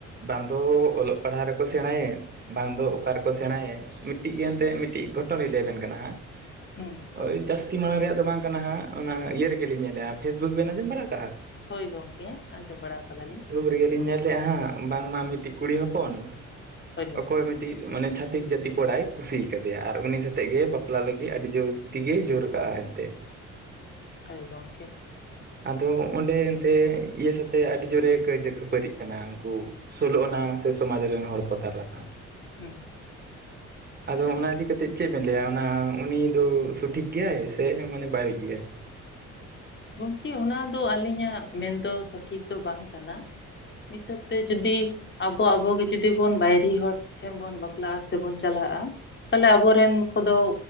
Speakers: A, on the right; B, on the left.
A: ᱵᱟᱝ ᱫᱚ ᱚᱞᱚᱜ ᱯᱟᱲᱦᱟᱜ ᱨᱮᱠᱚ ᱥᱮᱬᱟᱭᱮᱫ ᱵᱟᱝ ᱫᱚ᱾ ᱚᱲᱟᱜ ᱨᱮ ᱠᱚ ᱥᱮᱬᱟᱭᱮᱫ ᱢᱤᱫᱴᱤᱡ ᱜᱮ ᱮᱱᱛᱮᱫ ᱢᱤᱫᱴᱤᱡ ᱜᱷᱚᱴᱚᱱᱤᱧ ᱞᱟᱹᱭ ᱟᱵᱮᱱ ᱠᱟᱱᱟ ᱦᱟᱸᱜ᱾
B: ᱦᱩᱸ
A: ᱳᱭ ᱡᱟᱹᱥᱛᱤ ᱢᱟᱲᱟᱝ ᱨᱮᱭᱟᱜ ᱫᱚ ᱵᱟᱝ ᱠᱟᱱᱟ ᱦᱟᱸᱜ, ᱚᱱᱟ ᱤᱭᱟᱹ ᱨᱮᱜᱮᱞᱤᱧ ᱧᱮᱞᱮᱜᱼᱟ᱾ ᱯᱷᱮᱥᱵᱩᱠ ᱵᱮᱱ ᱟᱸᱡᱚᱢ ᱵᱟᱲᱟ ᱠᱟᱜᱼᱟ᱾
B: ᱦᱳᱭ ᱜᱚᱢᱠᱮ ᱟᱸᱡᱚᱢ ᱵᱟᱲᱟ ᱠᱟᱫᱟᱞᱤᱧ᱾
A: <unintelligible> ᱧᱮᱞᱮᱫᱼᱟ ᱦᱟᱜ ᱵᱟᱝ ᱢᱟ ᱢᱤᱫᱴᱤᱡ ᱠᱩᱲᱤ ᱦᱚᱯᱚᱱ
B: ᱦᱳᱭ ᱜᱚᱝᱠᱮ
A: ᱚᱠᱚᱭ ᱢᱤᱫ᱾ ᱢᱟᱱᱮ ᱪᱷᱟᱛᱤᱠ ᱡᱟᱹᱛᱤ ᱠᱚᱲᱟᱭ ᱠᱩᱥᱤ ᱠᱟᱫᱮᱭᱟ ᱟᱨ ᱩᱱᱤ ᱥᱟᱛᱮᱜ ᱜᱮ ᱵᱟᱯᱞᱟ ᱞᱟᱹᱜᱤᱫ ᱟᱹᱰᱤ ᱡᱳᱨ᱾ ᱛᱤ ᱜᱮ ᱡᱳᱨ ᱠᱟᱜᱼᱟ, ᱮᱱᱛᱮᱛ᱾
B: ᱟᱭ ᱜᱚᱢᱠᱮ
A: ᱟᱫᱚ ᱚᱸᱰᱮ ᱮᱱᱛᱮ ᱤᱭᱟᱹ ᱥᱟᱛᱮᱜ ᱟᱹᱰᱤ ᱡᱳᱨᱮ ᱠᱟᱹᱭᱡᱟᱹ ᱠᱷᱟᱹᱯᱟᱹᱨᱤᱜ ᱠᱟᱱᱟ ᱩᱱᱠᱩ᱾ ᱥᱳᱞᱳ ᱟᱱᱟ ᱥᱮ ᱥᱚᱢᱟᱡᱽ ᱨᱮᱱ ᱦᱚᱲ ᱠᱚ ᱛᱟᱞᱟ ᱥᱟᱶ
B: ᱦᱩᱸ
A: ᱟᱫᱚ ᱚᱱᱟ ᱤᱫᱤ᱾ ᱠᱟᱛᱮᱛ ᱪᱮᱫ ᱵᱮᱱ ᱞᱟᱹᱭᱼᱟ ᱚᱱᱟ ᱩᱱᱤ ᱫᱚ ᱥᱚᱴᱷᱤᱠ ᱜᱮᱭᱟᱭ ᱥᱮ ᱢᱟᱱᱮ ᱵᱟᱹᱲᱤᱡ ᱜᱮᱭᱟᱭ?
B: ᱜᱚᱢᱠᱮ ᱚᱱᱟ ᱫᱚ ᱟᱹᱞᱤᱧᱟᱜ ᱢᱮᱱ ᱫᱚ ᱥᱚᱴᱷᱤᱠ ᱫᱚ ᱵᱟᱝ ᱠᱟᱱᱟ᱾ ᱦᱤᱥᱟᱹᱵᱽ ᱛᱮ ᱡᱩᱫᱤ᱾ ᱟᱵᱚ ᱟᱵᱚ ᱜᱮ ᱡᱩᱫᱤ ᱵᱚᱱ ᱵᱟᱭᱨᱮ ᱦᱚᱲ ᱴᱷᱮᱱ ᱵᱚᱱ ᱵᱟᱯᱞᱟᱜᱼᱟ, ᱥᱮᱵᱚᱱ ᱪᱟᱞᱟᱜᱼᱟ᱾ ᱛᱟᱦᱚᱞᱮ ᱟᱵᱚᱨᱮᱱ ᱠᱚᱫᱚ